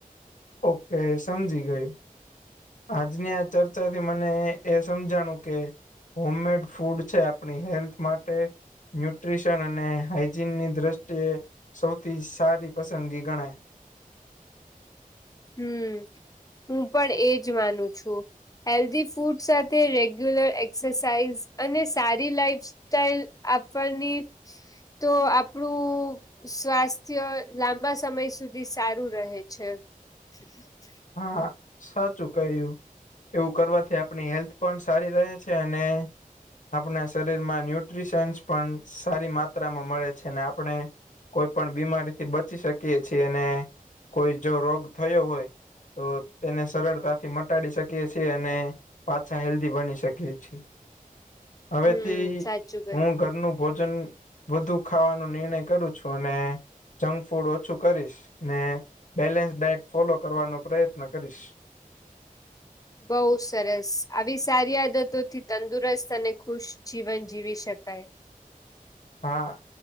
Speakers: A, on the left (about 60°); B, on the left (about 25°).
A: ઓકે સમજી ગયો. આજની આ ચર્ચાથી મને એ સમજાણું કે હોમમેડ ફૂડ છે આપણી હેલ્થ માટે ન્યુટ્રીશન અને હાઈજીનની દ્રષ્ટિએ સૌથી સારી પસંદગી ગણાય.
B: હમ હું પણ એજ માનું છું. હેલ્ધી ફૂડ સાથે રેગ્યુલર એક્સરસાઇઝ અને સારી લાઈટ.... લાઈફ સ્ટાઈલ આપણની તો આપડું! સ્વાસ્થ્ય લાંબા સમય સુધી સારું રહે છે. હ
A: હા હા સાચું કહ્યું. એવું કરવાથી આપણી હેલ્થ પણ સારી છે, અને... આપણા શરીરમાં ન્યુટ્રીશન્સ પણ સારી માત્રામાં મળે છે. ને આપણે.... કોઈ પણ બીમારીથી બચી શકીએ છીએ. અને કોઈ જો રોગ થયો હોય! તો તેને સરળતાથી મટાડી શકીએ છીએ, અને.... પાછા હેલ્ધી બની શકીએ છીએ. હવેથી
B: હમ સાચું કહ્યું
A: હું ઘરનું ભોજન..... વધુ ખાવાનો નિર્ણય કરું છું અને..... જંક ફૂડ ઓછું કરીશ ને બેલેન્સ ડાયટ ફોલો કરવાનો પ્રયત્ન કરીશ.
B: બહુ સરસ આવી સારી આદતો થી તંદુરસ્ત અને ખુશ જીવન જીવી શકાય.
A: હા